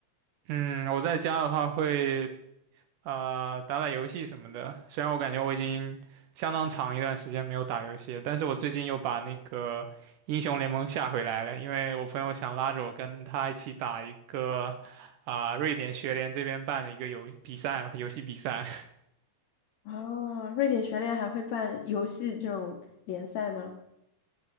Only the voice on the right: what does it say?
嗯，我在家的话会啊、呃打打游戏什么的，虽然我感觉我已经相当长一段时间没有打游戏了，但是我最近又把那个英雄联盟下回来了，因为我朋友想拉着我跟他一起打一个啊、瑞典学联这边办的一个游比赛嘛，游戏比赛。<laughs>